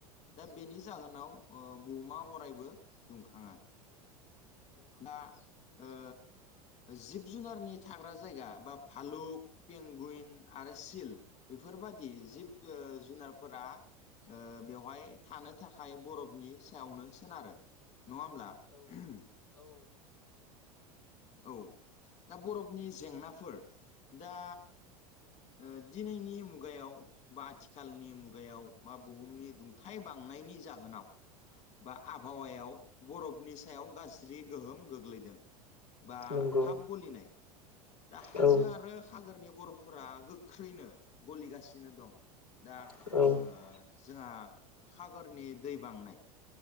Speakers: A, on the left; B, on the left.
A: दा बेनि जाहोनाव बुहुमा अरायबो दुंखाङा। दा ओ जिब जुनारनि थाग्रा जायगा बा भालुक पेंगुइन आरो सिल बेफोरबादि जिब जुनारफोरा ओ बेवहाय थानो थाखाय बरफनि सायावनो सोनारो। नङा होनबा ओम औ दा बरफनि जेंनाफोर दा ओ दिनैनि मुगायाव बा आथिखालनि मुगायाव बा बुहुमनि दुंथाय बांनायनि जाहोनाव बा आबहावायाव बरफनि सायाव गाज्रि गोहोम गोग्लैदों। बा
B: नंगौ
A: थाब गलिनाय दा हाजो
B: औ
A: आरो सागरनि बरफ'फोरा गो ख्रैनो गलिगासिनो दं। दा
B: औ
A: ओ जोंहा सागरनि दै बांनाय।